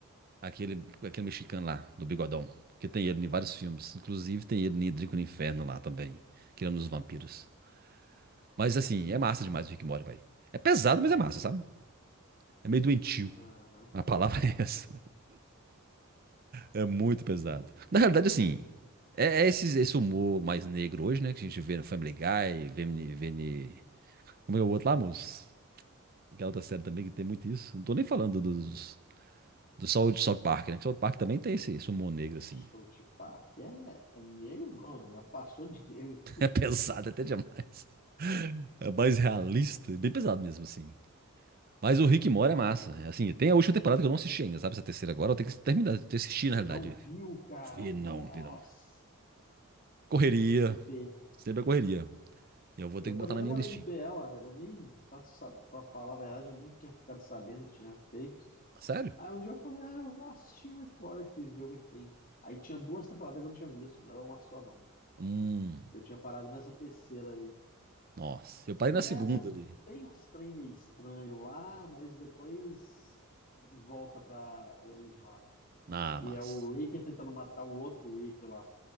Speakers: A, on the right; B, on the left.
A: Aquele, aquele mexicano lá, do Bigodão. Que tem ele em vários filmes. Inclusive tem ele em Drico no Inferno lá também. Que é um dos vampiros. Mas assim, é massa demais o Rick and Morty, velho. É pesado, mas é massa, sabe? É meio doentio.
B: Aham.
A: A palavra <laughs> é essa. É muito pesado. Na realidade, assim, é, é esse, esse humor mais negro hoje, né? Que a gente vê no Family Guy, vê, em- vê, em- Como é o outro lá, moço? Aquela outra série também que tem muito isso. Não tô nem falando dos, do South, South Park, né? Que South Park também tem esse, esse humor negro,
B: South
A: assim. <laughs>
B: Park. É, é negro, não. Já passou de negro.
A: É pesado até demais. É mais realista, bem pesado mesmo, assim. Mas o Rick Mora
B: Aham.
A: é massa. É Assim, tem a última temporada que eu não assisti ainda, sabe? Essa terceira agora, eu tenho que terminar de assistir,
B: Você
A: na realidade.
B: não viu, cara?
A: Vi
B: Nossa!
A: não, vi não. Correria,
B: Você tem que ver.
A: sempre a correria. Eu vou
B: Eu
A: ter que
B: também
A: botar na
B: demorei
A: minha listinha.
B: de ver ela. Eu nem, pra, sa- pra falar a verdade, eu nem tinha ficado sabendo que tinha feito.
A: Sério?
B: Aí um dia eu falei, ah, eu vou assistir Rick Mora aqui, ver o que que tem. Aí tinha duas temporadas que eu não tinha visto, não era uma só não.
A: Hum,
B: Eu tinha parado nessa terceira aí.
A: nossa. Eu parei
B: Começam,
A: na segunda ali.
B: tem uns trem meio estranho lá, mas depois volta pra origem lá.
A: Ah,
B: Que
A: mas...
B: é o Rick tentando matar o outro Rick lá.